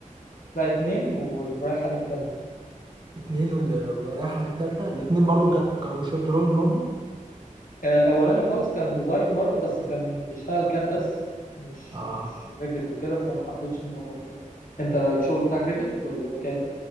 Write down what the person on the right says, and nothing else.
اتنين ولا ولا رايحه دي التالته الاتنين برضو
كانوا كانوا شوب دروينج برضو
اه